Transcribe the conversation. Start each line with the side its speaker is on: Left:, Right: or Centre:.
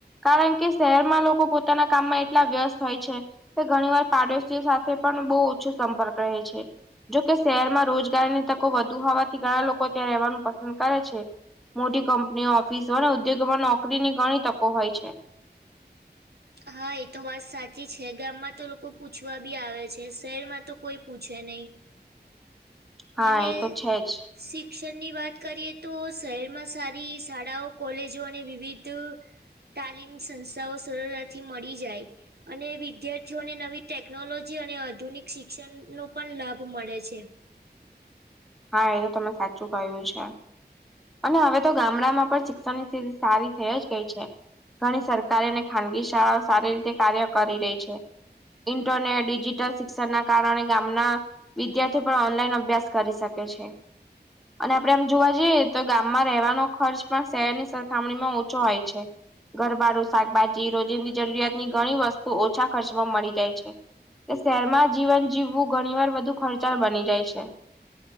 Centre: કારણ કે શહેરમાં લોકો પોતાના કામમાં એટલા વ્યસ્ત હોય છે તે ઘણી વાર પાડોશીઓ સાથે પણ બહુ ઓછો સંપર્ક રહે છે. જોકે શહેરમાં રોજગારની તકો વધુ હોવાથી ઘણા લોકો ત્યાં રહેવાનું પસંદ કરે છે. મોટી કંપનીઓ, ઓફિસો અને ઉદ્યોગોમાં નોકરીની ઘણી તકો હોય છે.
Right: હા ઇ તો વાત સાચી છે ગામમાં તો લોકો પૂછવા બી આવે છે શહેરમાં તો કોઈ પૂછે નઈ.
Centre: હા
Right: અને
Centre: એ તો છે જ
Right: શિક્ષણની વાત કરીએ તો શહેરમાં સારી શાળાઓ કોલેજો અને વિવિધ તાલીમ સંસાઓ સરળતાથી મળી જાય અને વિદ્યાર્થીઓને નવી ટેકનોલોજી અને આધુનિક શિક્ષણ નો પણ લાભ મળે છે.
Centre: હા એ તો તમે સાચું કયું છે. અને હવે તો ગામડામાં પણ શિક્ષણની સ્થિતિ સારી થઈ જ ગઈ છે. ઘણી સરકારી અને ખાનગી શાળાઓ સારી રીતે કાર્ય કરી રહી છે. ઇન્ટરને ડિજિટલ શિક્ષણના કારણે ગામના વિદ્યાર્થી પણ ઓનલાઈન અભ્યાસ કરી શકે છે. અને આપડે એમ જોવા જઈએ તો ગામમાં રહેવાનો ખર્ચ પણ શહેરની સરખામણીમાં ઓછો હોય છે. ઘરભાડું, શાકભાજી રોજિંદી જરૂરિયાતની ઘણી વસ્તુ ઓછા ખર્ચમાં મળી જાય છે. તે શહેરમાં જીવન જીવવું ઘણી વાર બધુ ખર્ચાળ બની જાય છે.